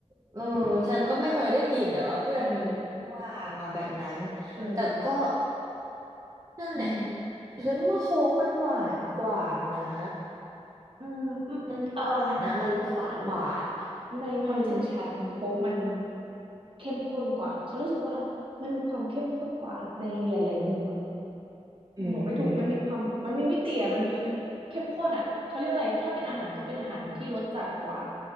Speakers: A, on the right; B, on the right.
A: เออฉันก็ไม่เคยได้กลิ่นแต่ว่าเพื่อนมัน
B: เออ
A: ว่ามาแบบนั้น
B: เออ
A: แต่ก็นั่นแหละ
B: อืม
A: ฉันว่าโค้กมันหวานกว่านะ
B: อืมอืมเอ่ม
A: มันหวานนะมันรู้สึกหวาน
B: หวานเหรอในความรู้สึกฉันโค้กมัน
A: อืม
B: เข้มข้นกว่าฉันรู้สึกว่ามันมีความเข้มข้นกว่าในหลายๆมุมอะ
A: อืม
B: บอกไม่ถูกมันมีความมันมีมิติอะมันมีแบบเข้มข้นอะเขาเรียกว่าอะไรถ้าเป็นอาหารก็เป็นอาหารที่รสจัดกว่า